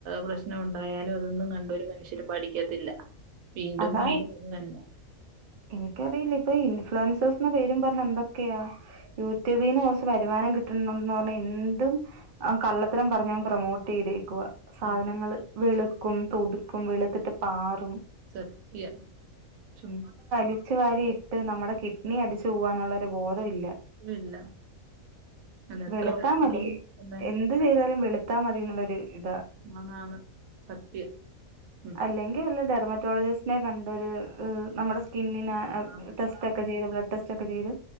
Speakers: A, on the right; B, on the right.
A: പ്രശ്നം ഉണ്ടായാലും അതൊന്നും കണ്ട ഒരു മനുഷ്യരും പഠിക്കത്തില്ല വീണ്ടും
B: അതാ
A: വീണ്ടും അത് തന്നെ
B: എനിക്കറിയില്ല ഇപ്പൊ ഇൻഫ്ലുവൻസെഴ്സ് പേരും പറഞ് എന്തൊക്കെയാ യൂട്യൂബീന്ന് കൊറച്ച് വരുമാനം കിട്ടുന്നുന്ന് പറഞ്ഞാ എന്തും ആ കള്ളത്തരം പറഞ്ഞങ് പ്രൊമോട്ട് ചെയ്തേക്കുവാ സാധനങ്ങള്
A: ഉം
B: വെളുക്കും തുടുക്കും വെളുത്തിട്ട് പാറും
A: സത്യ ചുമ്മ
B: അടിച്ച് വാരിയിട്ട് നമ്മടെ കിഡ്നി അടിച്ചു പോവാ ന്നല്ല ബോധവില്ല
A: ഇല്ല അങ്ങനെ എത്ര
B: വെള്ത്താ
A: പ്രശ്നങ്ങളാണ്
B: മതി ന്ത്‌
A: തന്നെ
B: എന്ത് ചെയ്താലും വെള്ത്താ മതിന്നുള്ളൊരു ഇതാ
A: ആണാണ് സത്യം ഉം
B: അല്ലെങ്കിവല്ല ഡെർമറ്റോളജിസ് നെ കണ്ട് ഒരു നമ്മുടെ സ്കിന്നിന
A: ആണ്
B: ടെസ്റ്റ് ഒക്കെ ചീത് ബ്ലഡ് ടെസ്റ്റ് ഒക്കെ ചീത്